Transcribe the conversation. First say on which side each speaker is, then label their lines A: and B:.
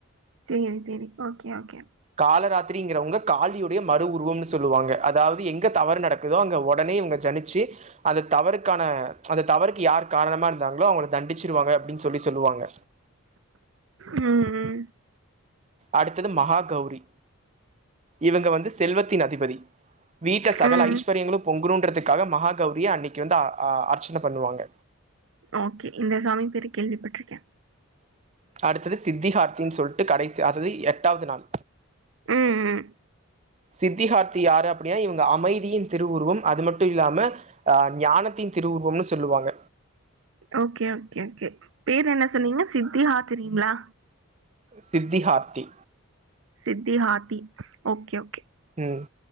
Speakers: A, on the right; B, on the right.
A: சேரி சேரி ஓகே ஓகே
B: காலராத்திரிங்கிறவுங்க காலியுடைய மறு உருவம்னு சொல்லுவாங்க அதாவது எங்க தவறு நடக்குதோ அங்க ஒட னே இவங்க ஜனிச்சு அந்த தவறுக்கான அந்த தவறுக்கு யாரு காரணமா இருந்தாங்களோ அவுங்க தண்டிச்சிருவாங்க அப் டீனு சொல்லி சொல்லுவாங்க
A: ம் ம்
B: அடுத்தது மகா கௌரி இவங்க வந்து செல்வத்தின் அதிபதி வீட்ல சகல
A: ம்.
B: ஐஸ்வர்யங்களோ பொங்குனோன் றுத்துக்காக மகா கௌரிய அன்னிக்கு வந்து அ அ அர்ச்சன பண்ணுவாங்க
A: ஓகே இந்த சாமி பேரு கேள்விப்பட்ருக்க
B: அடுத்தது சித்திஹார்த்தினு சொல்லிட்டு கடைசி அதாவது எட்டாவது நாள்
A: ம், ம்.
B: சித்தி ஹார்த்தி யாரு அப்டியா இவுங்க அமை யின் திருவுருவம் அது மட்டு இல்லாம அ ஞானத்தின் திருவுருவம்னு சொல்லுவாங்க
A: ஓகே ஓகே ஓகே பேரு என்ன சொன்னீங்க சித்தி ஹாத்திரிங்ளா
B: சித்தி ஹார்த்தி
A: சித்தி ஹாத்தி ஓகே ஓகே
B: ம்